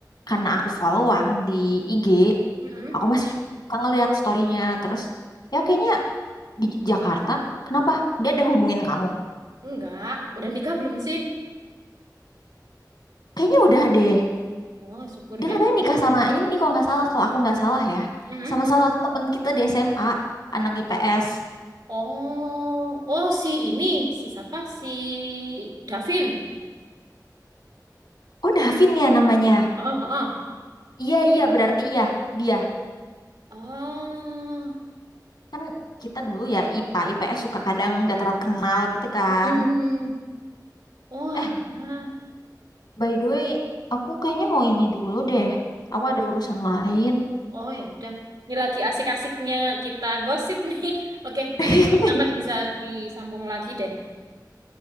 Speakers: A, on the left (about 75°); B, on the right (about 80°).
A: karena aku followan di IG
B: Mm-mm.
A: aku masih suka ngeliat storynya terus ya kayaknya di Jakarta kenapa dia ada ngehubungin kamu
B: Enggak. Udah nikah belum sih?
A: kayaknya udah deh
B: Oh, syukur
A: Dia
B: deh.
A: katanya nikah sama ini kalau nggak salah, kalau aku nggak salah ya.
B: Mm-mm.
A: Sama salah satu teman kita di SMA, anak IPS.
B: Oh, oh si ini, si siapa? Si Davin.
A: Oh, Davin ya namanya.
B: Oh, oh, oh.
A: Iya, iya, berarti iya, dia.
B: Oh,
A: Kan kita dulu ya IPA, IPS suka kadang nggak terlalu kenal gitu kan.
B: Mm. Oh,
A: Eh,
B: alah.
A: by the way, aku kayaknya mau ini dulu deh. Aku ada urusan lain.
B: Oh ya udah. Ini lagi asik-asiknya kita gosip nih. <laughs> Oke, nanti
A: <laughs>
B: kapan-kapan bisa disambung lagi deh.